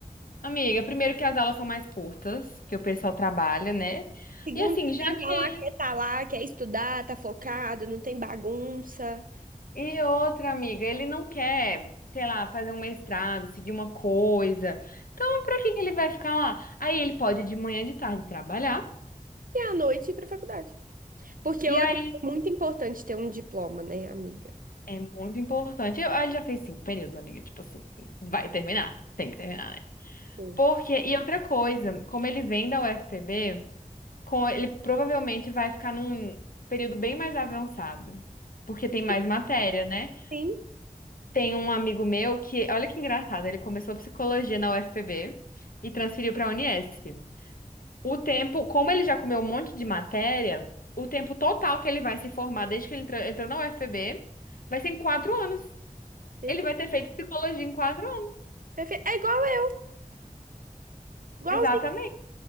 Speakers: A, on the left; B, on the right.
A: Amiga, primeiro que as aulas são mais curtas, que o pessoal trabalha, né?
B: Segundo
A: E assim,
B: que
A: já
B: quem que
A: que
B: lá,
A: ele...
B: quer tá lá, quer estudar, tá focado, não tem bagunça.
A: E outra, amiga, ele não quer, sei lá, fazer um mestrado, seguir uma coisa. Então, pra que que ele vai ficar lá? Aí ele pode ir de manhã e de tarde trabalhar.
B: E à noite ir pra faculdade. Porque
A: E
B: hoje
A: aí
B: é muito importante ter um diploma, né, amiga?
A: é muito importante. Eu, ele já fez cinco períodos, amiga. Tipo assim, vai terminar. Tem que terminar, né?
B: Sim.
A: Porque, e outra coisa, como ele vem da UFPB, com, ele provavelmente vai ficar num período bem mais avançado. Porque tem mais
B: Sim,
A: matéria, né?
B: sim.
A: Tem um amigo meu que, olha que engraçado, ele começou psicologia na UFPB e transferiu para a Unesp. O tempo, como ele já comeu um monte de matéria, o tempo total que ele vai se formar desde que ele entrou, entrou na UFPB vai ser em quatro anos.
B: perfeito.
A: Ele vai ter feito psicologia em quatro anos.
B: perfeito. É igual eu, igualzinho.
A: Exatamente.